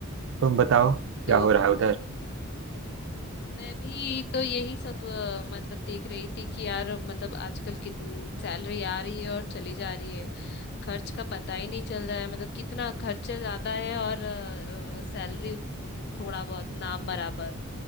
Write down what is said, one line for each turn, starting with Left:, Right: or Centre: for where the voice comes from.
Right: तुम बताओ क्या
Left: तो
Right: हो रहा है उधर
Left: मैं भी तो यही सब अ, मतलब देख रही थी कि यार मतलब आजकल कितनी सैलरी आ रही है और चली जा रही है खर्च का पता ही नहीं चल रहा है मतलब कितना खर्चा ज्यादा है और सैलरी थोड़ा बहुत नाम बराबर